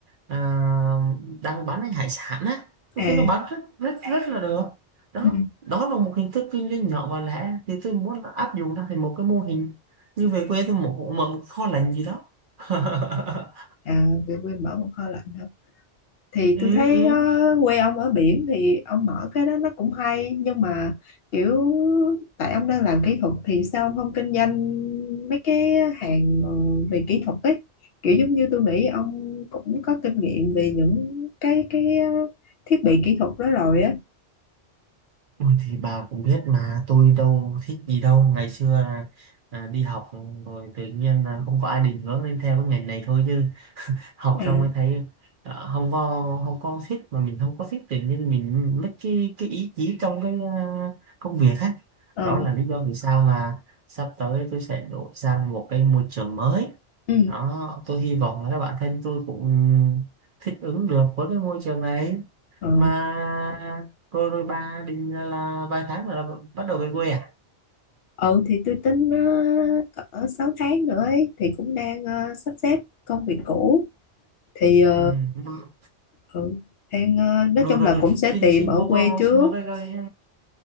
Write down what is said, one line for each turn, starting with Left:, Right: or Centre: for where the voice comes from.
Right: à, đang bán cái hải sản á tôi
Left: à
Right: thấy nó bán rất rất rất là được đó
Left: ừ
Right: đó là một hình thức kinh doanh nhỏ và lẻ thì tôi muốn áp dụng nó thành một cái mô hình như về quê tôi một mở một kho lạnh gì đó <laughs>
Left: à về quên mở một kho lạnh hả thì
Right: ừ,
Left: tôi thấy
Right: ừ.
Left: ờ, quê ông ở biển thì ông mở cái đó nó cũng hay nhưng mà kiểu tại ông đang làm kỹ thuật thì sao ông không kinh doanh mấy cái hàng ờ, về kỹ thuật ấy kiểu giống như tôi nghĩ ông cũng có kinh nghiệm về những cái cái ờ, thiết bị kỹ thuật đó rồi á
Right: Ôi, thì bà cũng biết mà tôi đâu thích gì đâu ngày xưa là, à, đi học rồi tự nhiên là không có ai định hướng nên theo cái ngành này thôi chứ học
Left: à
Right: xong mới thấy ờ, không có không có thích mà mình không có thích tự nhiên mình mất cái cái ý chí trong cái ờ, công việc á
Left: ờ
Right: đó là lý do vì sao mà sắp tới tôi sẽ đổi sang một cái môi trường mới
Left: ừ
Right: đó tôi hy vọng là các bạn thân tôi cũng thích ứng được với cái môi trường này
Left: ờ
Right: mà rồi rồi bà định là vài tháng là bắt đầu về quê à
Left: ừ thì tôi tính uh, cỡ 6 tháng nữa ấy thì cũng đang ờ, sắp xếp công việc cũ thì ờ,
Right: ừ.
Left: ừ, đang ờ, nói
Right: rồi
Left: chung
Right: rồi
Left: là cũng sẽ
Right: xin
Left: tìm
Right: xin
Left: ở
Right: vô
Left: quê
Right: con
Left: trước
Right: xin vô cái, cái